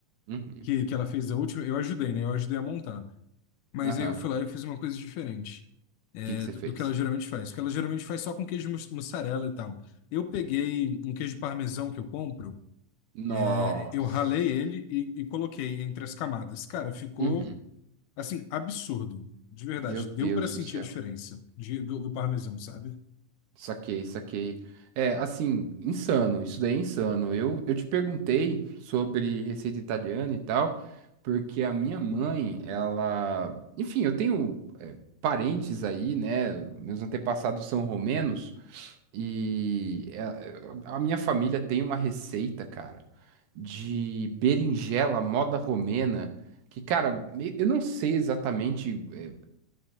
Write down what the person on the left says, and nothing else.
que, que ela fez a última, eu ajudei, né? Eu ajudei a montar. Mas
aí eu fui
lá e fiz uma coisa diferente, é,
do,
do que ela geralmente faz. Porque ela geralmente faz só com queijo mus- mussarela e tal. Eu peguei um queijo parmesão que eu compro,
é, Eu ralei ele e, e coloquei entre as camadas. Cara, ficou
assim, absurdo. De verdade,
deu para sentir
a diferença de- do, do parmesão, sabe?